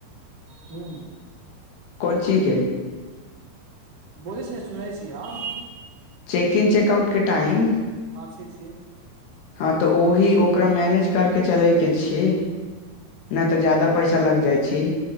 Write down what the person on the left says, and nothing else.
कोन चीज के
चेकिन चेकआउट के टाइम
हँ तऽ ओही ओकरा मैनेज करके चलै के छी नऽ तऽ जादा पैसा लग जाइ छी